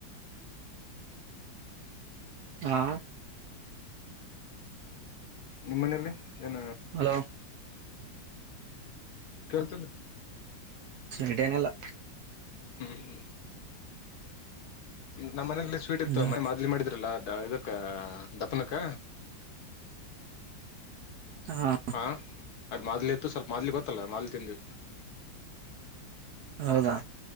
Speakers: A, on the right; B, on the left.
A: ಹಾ
B: ನಿಮ್ಮ್ ಮನಲಿ ಏನ
A: ಹಲೋ
B: ಕತಲ್ಲ
A: ಸ್ಡೇನೆಲ್ಲ
B: ಹ್ಮ್ ಹ್ಮ್ ನಮ್ಮ ಮನೇಲಿ ಸ್ವೀಟ್ ಇತ್ತು
A: ಹ್ಮ್
B: ಮನೆ ಮದ್ಲಿ ಮಾಡ ಲ್ಲ ಇದಕ್ಕ ದಪ್ಪನಕ್ಕ
A: ಹ
B: ಹಾ ಅದ್ ಮಾದ್ಲಿ ಇತ್ತು ಸ್ವಲ್ಪ ಮಾದ್ಲಿ ಗೊತ್ತಲ್ಲ ಮಾದ್ಲಿ ತಿಂಡಿ
A: ಹೌದಾ